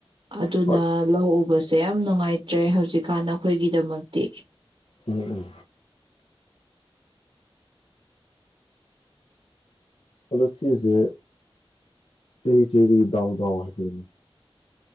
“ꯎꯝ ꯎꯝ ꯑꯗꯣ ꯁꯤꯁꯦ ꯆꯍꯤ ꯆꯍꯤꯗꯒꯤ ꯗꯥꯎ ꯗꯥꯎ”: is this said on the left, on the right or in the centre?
Left